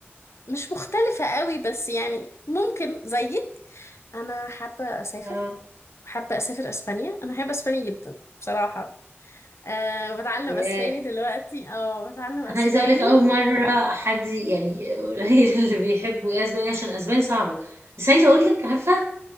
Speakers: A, on the left; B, on the right.
A: مش مختلفة قوي بس يعني ممكن زيك أنا حابة أسافر
B: اه
A: حابة أسافر أسبانيا أنا بحب أسبانيا جدا بصراحة أه بتعلم
B: ياه.
A: أسباني دلوقتي أه بتعلم أسباني
B: انا عايزه اقول لك اول مره حد يعني قليل <laughs> اللي بيحبوا ايه اسبانيا عشان اسبانيا صعبه بس عايزه اقول لك عارفه